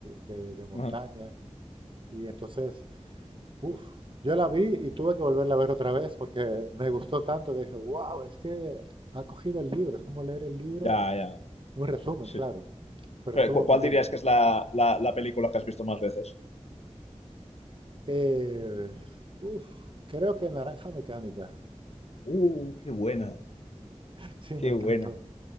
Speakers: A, on the right; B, on the left.
A: de de montaña.
B: Ujú,
A: Y entonces Uf, yo la vi y tuve que volverla a ver otra vez porque me gustó tanto que dije, wow, es que ha cogido el libro, es como leer el libro,
B: Ya, ya,
A: un resumen,
B: sí.
A: claro,
B: sí.
A: pero
B: Pero,
A: estuvo
B: ¿cu- ¿cuál
A: muy bien.
B: dirías que es la, la, la película que has visto más veces?
A: Eh, uf, creo que Naranja Mecánica,
B: Uh, qué buena,
A: <laughs> sí,
B: qué
A: me encantó.
B: buena,